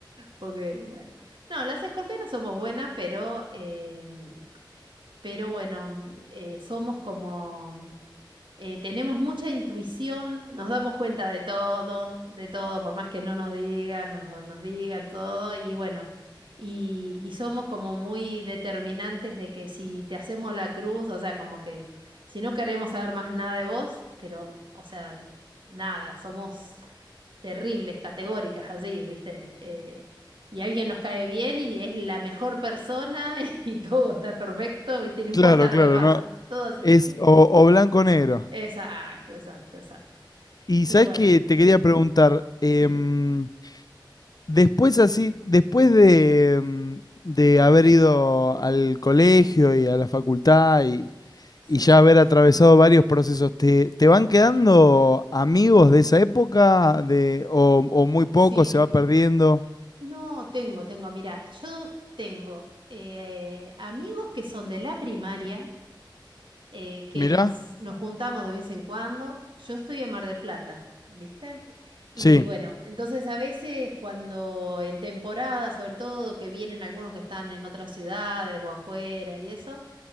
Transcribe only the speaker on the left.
Claro,
claro,
no.
Es o, o blanco o negro.
Y
sabes
que te quería preguntar, em,
después así, después de, em, de haber ido al colegio y a la facultad y,
y ya haber atravesado varios procesos, ¿te, te van quedando amigos de esa época de, o, o muy poco
se va perdiendo?
Mirá,
Sí,